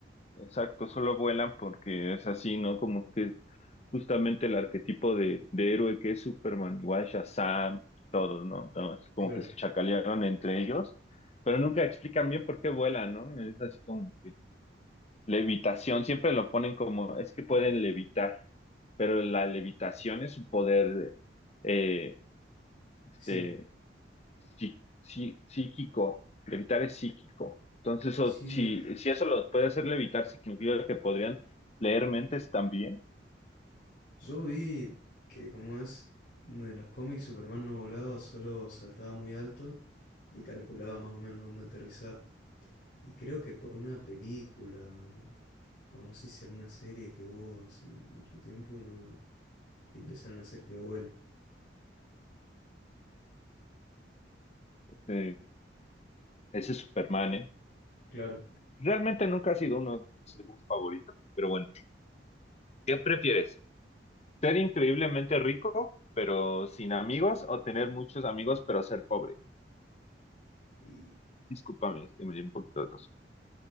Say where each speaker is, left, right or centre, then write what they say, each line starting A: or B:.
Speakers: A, on the left (about 35°); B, on the left (about 50°).
A: exacto, solo vuelan porque es así, ¿no? Como que justamente el arquetipo de, de héroe que es Superman, igual Shazam, todos, ¿no? Nada más como
B: Claro,
A: que se chacalearon entre ellos, pero nunca explican bien por qué vuelan, ¿no? Es así como que levitación, siempre lo ponen como, es que pueden levitar, pero la levitación es su poder, eh, este
B: sí.
A: psí- psí- psíquico. Levitar es psíquico. Entonces, eso-
B: Sí,
A: si, si eso lo puede hacer levitar, significa que podrían leer mentes también.
B: yo vi que como es, en los cómics Superman no volaba, solo saltaba muy alto y calculaba más o menos dónde aterrizar. Y creo que por una película o, o no sé si alguna serie que hubo hace mucho tiempo, no empezaron a hacer que huele.
A: Eh, ese es Superman, ¿eh?
B: Claro.
A: Realmente nunca ha sido uno de mis héroes favoritos. Pero bueno, ¿qué prefieres? ¿Ser increíblemente rico, pero sin amigos? ¿O tener muchos amigos, pero ser pobre?
B: Y
A: Discúlpame, es que me dio un poquito de tos.